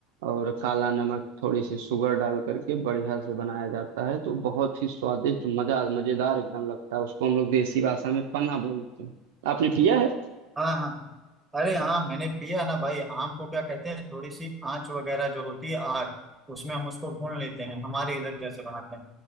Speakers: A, on the right (about 70°); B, on the right (about 15°).
A: और काला नमक थोड़ी सी शुगर डाल करके बढ़िया से बनाया जाता है तो बहुत ही स्वादिष्ट मजा मजेदार एकदम लगता है उसको हम लोग देसी भाषा में पन्ना बोलते हैं आपने पिया है
B: हाँ हाँ अरे हाँ मैंने पिया ना भाई आम को क्या कहते हैं थोड़ी सी आंच वगैरह जो होती है आग उसमें हम उसको भून लेते हैं हमारे इधर जैसे बनाते हैं